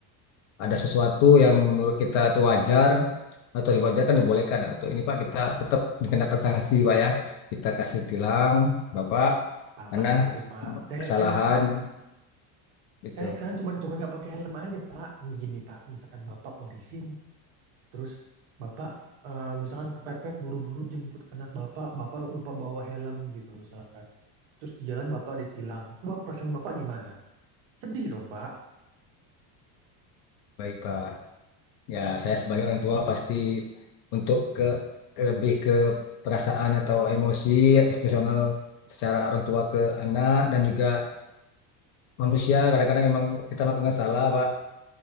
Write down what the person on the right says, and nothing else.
Apa
jangan gitu, Pak. Saya nggak-
saya nggak- saya
saya kesana cuma cuma nggak pakai helm aja, Pak. Nih gini, Pak. Misalkan Bapak polisi nih, terus Bapak eh, misalkan kepepet buru-buru jemput anak Bapak, Bapak lupa bawa helm gitu misalkan. Terus di jalan Bapak ditilang. Coba perasaan Bapak gimana? Sedih dong, Pak.